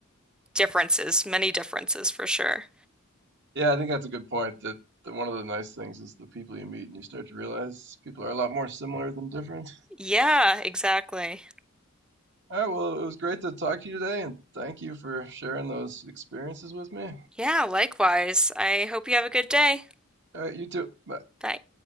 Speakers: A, in the centre; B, on the right (about 60°).
A: differences, many differences for sure.
B: Yeah, I think that's a good point. That, that one of the nice things is the people you meet, and you start to realize people are a lot more similar than different.
A: Yeah, exactly.
B: All right, well, it was great to talk to you today, and thank you for sharing those experiences with me.
A: Yeah, likewise. I hope you have a good day.
B: All right, you too. Bye.
A: Bye.